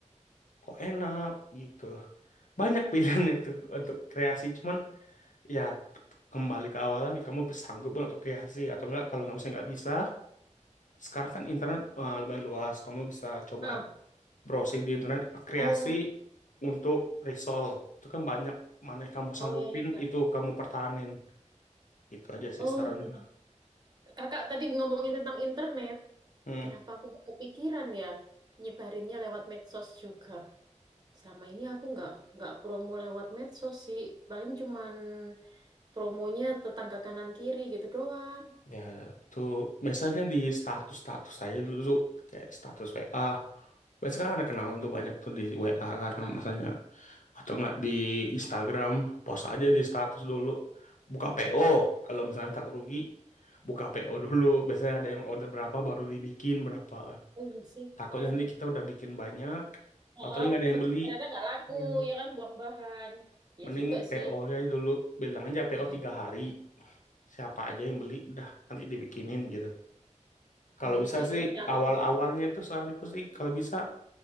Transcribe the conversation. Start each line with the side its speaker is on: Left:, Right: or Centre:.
Left: kok enak gitu. Banyak pilihan <laughs> itu untuk kreasi cuman ya kembali ke awal lagi kamu sanggup nggak untuk kreasi atau enggak kalau nggak misalnya nggak bisa sekarang kan internet eh, lumayan luas kamu bisa coba
Right: Ah,
Left: browsing di internet kreasi
Right: oh,
Left: untuk resolve itu kan banyak mana yang kamu
Right: oh
Left: sanggupin
Right: ya ya Kak.
Left: itu kamu pertahanin gitu aja sih
Right: Oh
Left: saran
Right: ya
Left: gue
Right: ya. Kakak tadi ngomongin tentang internet,
Left: hmm.
Right: kenapa aku nggak kepikiran ya nyebarinnya lewat medsos juga? Selama ini aku nggak nggak promo lewat medsos sih, paling cuman promonya tetangga kanan kiri gitu doang.
Left: ya itu biasanya di status status saya dulu tuh, kayak status WA biasanya kan ada kenalan tuh banyak tuh di WA karena
Right: Ah,
Left: misalnya atau nggak di Instagram post aja di status dulu buka PO kalau misalnya takut rugi buka PO dulu biasanya ada yang order berapa baru dibikin berapa
Right: oh iya sih,
Left: Takutnya
Right: iya
Left: nanti
Right: iya.
Left: kita udah bikin banyak,
Right: Oh,
Left: tahu nggak ada yang beli.
Right: ternyata nggak laku,
Left: Iya.
Right: ya kan buang bahan. Ya
Left: Mending
Right: juga
Left: PO
Right: sih.
Left: nya dulu, bilang aja PO
Right: Mm-mm.
Left: tiga hari. Siapa aja yang beli, udah nanti dibikinin gitu. Kalau
Right: Oh iya
Left: bisa
Right: sih,
Left: sih
Right: lebih aman
Left: awal-awalnya
Right: gitu.
Left: itu saranku sih kalau bisa